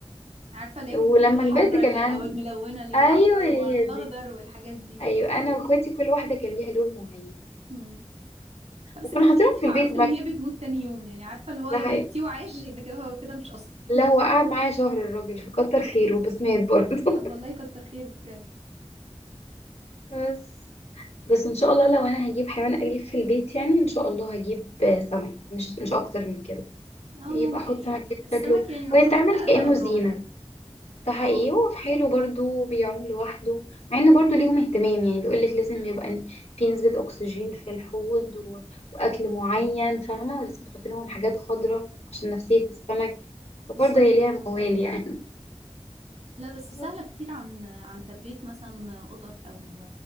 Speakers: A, on the right; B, on the left.
A: عارفه اللي هي الكتاكيت
B: ولما
A: الحمراء
B: كبرت كان
A: اللي
B: عندي
A: او الملونه اللي
B: ايوه
A: هي احمر
B: هي دي
A: واخضر والحاجات دي
B: ايوه انا واخواتي كل واحده كان ليها لون معين
A: مم. آه، بس
B: وكنا
A: كده
B: حاطينهم
A: كده دي
B: في
A: معروف
B: البيت بقى
A: ان هي بتموت تاني يوم يعني عارفه اللي هو
B: ده
A: لو
B: حقيقي
A: جبتيه وعاش يبقى كده هو كده مش اصلي
B: لا هو قعد معايا شهر الراجل فكتر خيره بس مات برضه
A: <laughs> طب والله كتر خيره بجد
B: <laughs> بس بس ان شاء الله لو انا هجيب حيوان اليف في البيت يعني ان شاء الله هجيب آه، سمك مش مش اكتر من كده
A: اه
B: يبقى
A: ممكن
B: احط
A: يعني
B: سمك كده
A: السمك
B: شكله
A: يعني يعتبر
B: ويتعمل
A: اقل
B: كانه
A: اضرار
B: زينه ده حقيقي
A: اه
B: هو في حاله برضو بيعوم لوحده مع ان برضو ليهم اهتمام يعني بيقولك لازم يبقى في نسبة اكسجين في الحوض و... واكل معين فاهمة ولازم تحط لهم حاجات خضراء عشان نفسية السمك
A: بالظبط
B: فبرضه هي ليها
A: اه
B: موال يعني
A: لا بس سهلة
B: بس
A: كتير عن عن تربية مثلا قطط أو